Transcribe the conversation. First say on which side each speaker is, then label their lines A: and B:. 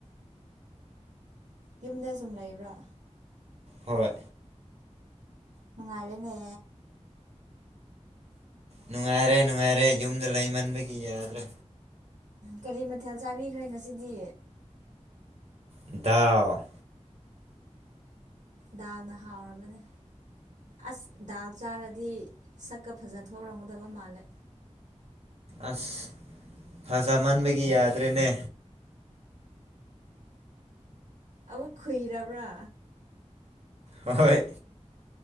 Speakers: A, on the right; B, on the right.
A: ꯌꯨꯝꯗ ꯁꯨꯝ ꯂꯩꯕ꯭ꯔꯥ
B: ꯍꯣꯏ
A: ꯅꯨꯡꯉꯥꯏꯔꯦꯅꯦ
B: ꯅꯨꯡꯉꯥꯏꯔꯦ ꯅꯨꯡꯉꯥꯏꯔꯦ ꯌꯨꯝꯗ ꯂꯩꯃꯟꯕꯒꯤ ꯌꯥꯗ꯭ꯔꯦ
A: ꯀꯔꯤ ꯃꯥꯊꯦꯜ ꯆꯥꯕꯤꯈ꯭ꯔꯦ ꯉꯁꯤꯗꯤ
B: ꯗꯥꯎ
A: ꯗꯥꯜꯅ ꯍꯥꯎꯔꯕꯅꯦ ꯑꯁ ꯗꯥꯜ ꯆꯥꯔꯗꯤ ꯁꯛꯀ ꯐꯖꯊꯣꯔꯛꯀꯗꯕ ꯃꯥꯜꯂꯦ
B: ꯑꯁ ꯐꯖ ꯃꯟꯕꯒꯤ ꯌꯥꯗ꯭ꯔꯦꯅꯦ
A: ꯑꯃꯨꯛ ꯈꯨꯏꯔꯕ꯭ꯔꯥ
B: ꯍꯣꯏ